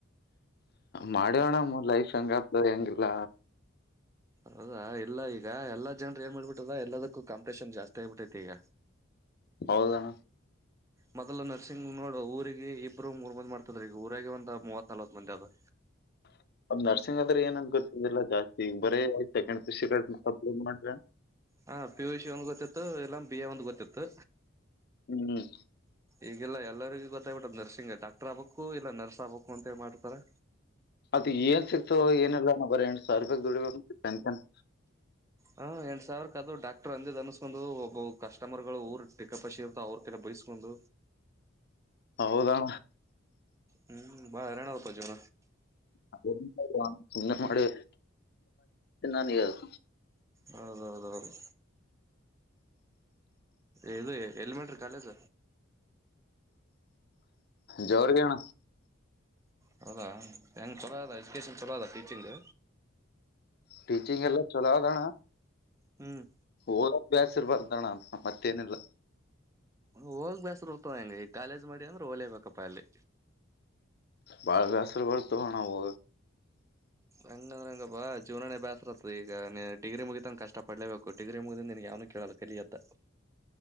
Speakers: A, on the left; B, on the right.
A: ಮಾಡ್ಯಿವಣ ಲೈಫ್ ಹೆಂಗತ್ ಹೆಂಗಿಲ್ಲ
B: ಹೌದಾ ಇಲ್ಲ ಈಗ ಎಲ್ಲಾ ಜನರು ಏನ್ ಮಾಡ್ಬಿಟ್ಟದ ಎಲ್ಲದಕ್ಕೂ ಕಾಂಪಿಟೇಷನ್ ಜಾಸ್ತಿ ಆಗ್ಬಿಟ್ಟೈತಿ ಈಗ
A: ಹೌದಣ
B: ಮೊದಲು ನರ್ಸಿಂಗ್ ನೋಡ ಊರಿಗೆ ಇಬ್ರು ಮೂರ್ ಮಂದಿ ಮಾಡ್ತದ್ರ ಈಗ ಊರಾಗ ಒಂತ ಮೂವತ್ ನಲ್ವತ್ ಮಂದಿ ಅದ
A: ನರ್ಸಿಂಗ್ ಆದ್ರೆ ಏನಂದ್ ಗೊತ್ತಿಲ್ಲಾ ಜಾಸ್ತಿ ಈ ಬರೇ ಆಯ್ತ ಸೆಕ ಮಾಡ್ರ
B: ಹ ಪಿುಷ್ ಒನ್ ಗೊತ್ತಿತ್ತು ಎಲ್ಲಾ ಬಿಿಯ ಒಂದು ಗೊತ್ತಿತ್ತು
A: ಹ್ಮ್ ಹ್ಮ್
B: ಈಗೆಲ್ಲ ಎಲ್ಲರಿಗೂ ಗೊತ್ತಾಗ್ಬಿಟ್ಟ್ ನರ್ಸಿಂಗ್ ಡಾಕ್ಟರ್ ಆಗ್ಬಬೇಕು ಇಲ್ಲ ನರ್ಸ್ ಆಗ್ಬೇಕು ಅಂತ ಮಾಡ್ತಾರೆ
A: ಅದು ಏನ್ ಸಿಕ್ತು ಏನೆಲ್ಲ ನರ ಸಾವರೂಪಿ ದುಡಿಬೇಕ ಪೆಂಕ್ಷನ್
B: ಹಾ ಎಂಟ ಸಾವಿರ ಕ ಅದು ಡಾಕ್ಟರ್ ಅಂದ ಅನ್ಸ್ಕೊಂಡ್ ಒಬ್ಬ ಕಸ್ಟಮರ್ಗಳು ಊರ್ ಟಕ್ಕಪಸಿ ಇರ್ತ ಅವ್ರ ಕಡೆ ಬಯಸ್ಕೊಂಡ್
A: ಹೌದಣ
B: ಹ್ಮ್ ಬಾ ನಪ ಜನ
A: ಅ. <inaudible> ಸುಮ್ಮ್ನೆ ಮಾಡಿ ನಾನಗ ಅದು.
B: ಹೌದೌದೌದು. ಇದು ಎಲ್ಲಿ ಮಾಡೆಂಟ್ರಿ ಕಾಲೆಜ್
A: ಜೋರಗೆಣ.
B: ಹೌದಾ ಹೆಂಗ್ ಚಲೋ ಅದ ಎಜುಕೇಶನ್ ಚಲೋ ಅದ ಟೀಚಿಂಗ್.
A: ಟೀಚಿಂಗ್ ಎಲ್ಲ ಚಲೋದಣ್ಣ.
B: ಹ್ಮ್.
A: ಹ ಅ್ಯಾಸ ಇರ್ ಬತಣ ಮತ್ತೇನಿಲ್ಲ.
B: ಹೋಗ್ ಬೇಸ್ರ ಇರ್ತವ ಹೆಂಗ ಈ ಕಾಲೇಜ್ ಮಾಡಿ ಅಂದ್ರೆ ಓಲೇಬೇಕಪ್ಪಾ ಅಲ್ಲಿ.
A: ಬಾಳದ್ಯಾಸರುವರ್ತ ಹಣವು.
B: ಹಂಗಂದ್ರ ಹಂಗಪ್ಪಾ ಜೀವನಾನೇ ಬ್ಯಾಸರತ್ತದ ಈಗ ನೀ ಡಿಗ್ರಿ ಮುಗಿತಂಗ ಕಷ್ಟ ಪಡ್ಲೇಬೇಕು ಡಿಗ್ರಿ ಮುಗಿದ ನಿನ್ ಯಾವನ ಕೇಳಲ್ಲ ಕಲಿಯತ್ತ.